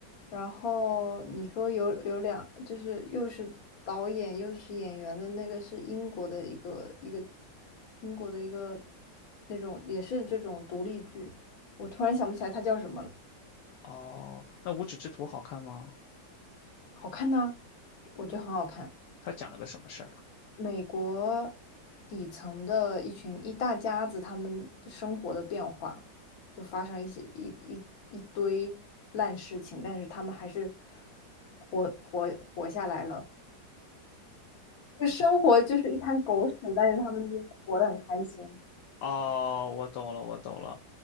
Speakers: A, on the left; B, on the left.
A: 然后你说有有两，就是又是导演又是演员的那个是英国的一个一个英国的一个那种也是这种独立剧，我突然想不起来它叫什么了，
B: 哦，那无耻之徒好看吗？
A: 好看呐、我觉得很好看。
B: 他讲了个什么事儿
A: 美国底层的一群一大家子，他们生活的变化就发生一些一一一堆烂事情，但是他们还是活活活下来了。就生活就是一滩狗屎，但是他们就活得很开心。
B: 啊？哦，我懂了，我懂了。